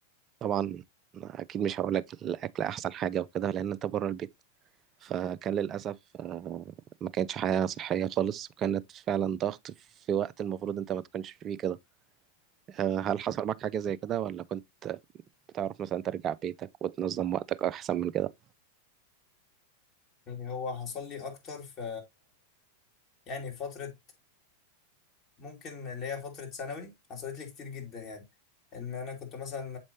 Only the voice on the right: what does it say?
طبعا أكيد مش هقولك الأكل أحسن حاجة وكده لأن أنت بره البيت فكان للأسف آه، ما كانتش حياة صحية خالص وكانت فعلا ضغط في وقت المفروض أنت ما تكونش فيه كده آه، هل حصل معاك حاجة زي كده ولا كنت بتعرف مثلا ترجع بيتك وتنظم وقتك أحسن من كده؟